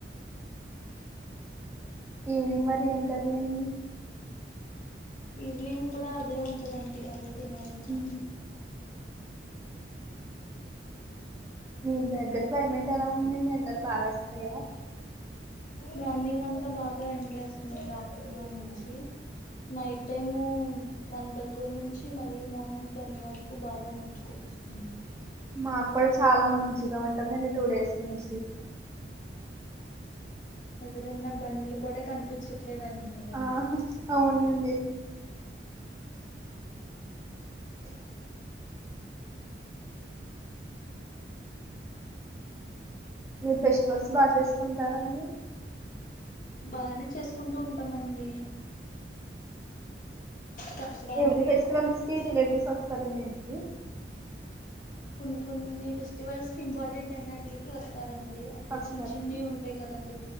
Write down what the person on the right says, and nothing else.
ఈవినింగ్ మరి ఏం కర్రీ అండి
అండి
మీ దగ్గర క్లైమేట్ ఎలా ఉందండి ఎండలు బావేస్తున్నాయా
మాక్ కుడ చాలా మంచిగా ఉంటుందండి టూ డేస్ నుంచి
ఆ అవునండి మీర్ ఫెస్టివల్స్ బాగ్ చేసుకుంటారాండి
ఎవ్రీ ఫెస్టివల్స్కి రిలేటివ్స్ వస్తారండి ఇంటికి
వస్తారండి